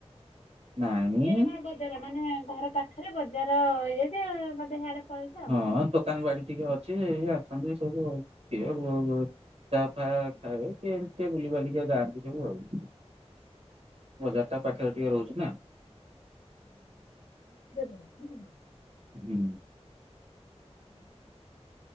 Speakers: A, on the right; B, on the left.
A: ନାଇଁ
B: ତମର ଏଇଟା କଣ ବଜାର ମାନେ ଘର ପାଖେରେ ବଜାର ହେଇଯାଇଚି ବଧେ ହିଆଡେ ପଳେଇଛ ଆଉ
A: ହଁ
B: ନା କଣ?
A: ଦୋକାନ ବାଡି ଟିକେ ଅଛି ଏଇ ଅଛନ୍ତି ସବୁ ଆଉ କିଏ ବୁ ବୁ ଚା ଫା ଖାଉ କିଏ ଏମତି ବୁଲିିବାଲିକା ଯାଆନ୍ତି ସବୁ ଆଉ। ମେବାରଟା ପାଖରେ ଟିକେ ରହୁଚି ନା।
B: ଉଁ <unintelligible>
A: ହୁଁ।
B: ଉଁ ହୁଁ।